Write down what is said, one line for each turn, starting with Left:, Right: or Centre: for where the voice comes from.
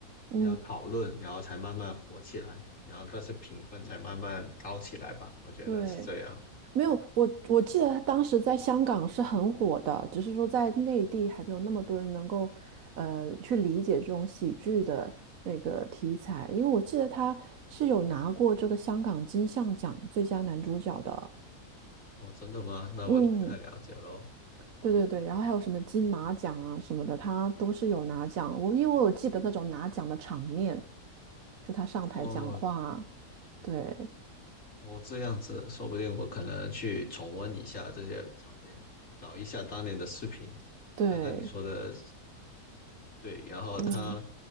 Right: 嗯，
Left: 你要讨论，然后才慢慢火起来，然后但是评分才慢慢高起来吧，我觉得是这样。
Right: 对，没有，我我记得当时在香港是很火的，只是说在内地还没有那么多人能够，呃，去理解这种喜剧的那个题材。因为我记得他是有拿过这个香港金像奖最佳男主角的，
Left: 哦，真的吗？那我不太了解喽。
Right: 嗯，对对对，然后还有什么金马奖啊什么的，他都是有拿奖。我因为我有记得那种拿奖的场面，就他上台讲话，
Left: 哦，
Right: 对
Left: 哦，这样子，说不定我可能去重温一下这些场面，找一下当年的视频，
Right: 对，
Left: 看看你说的对，然后他，
Right: 嗯，